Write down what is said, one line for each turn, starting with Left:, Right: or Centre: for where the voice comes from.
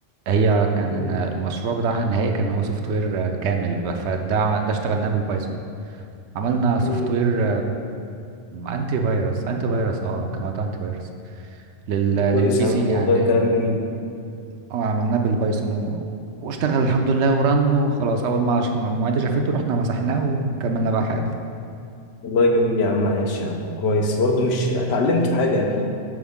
Right: هي كان
Left: مم.
Right: المشروع بتاعها النهائي كان هو سوفت وير كامل فده ده اشتغلناه بالبايثون عملنا سوفت
Left: مم.
Right: وير انتي فيروس انتي فيروس اه كان وقتها انتي فيروس لل
Left: طب
Right: للبي
Left: كويس يا
Right: سي
Left: عم
Right: يعني
Left: والله كلام جميل
Right: اه عملناه بالبايثون و... واشتغل الحمد لله ورن وخلاص اول ما ش- ما المعيدة شافته رحنا مسحناه وكملنا بقى حياتنا
Left: والله جميل يا عم عايش يا عم كويس برضو مش اتعلمت حاجة أكيد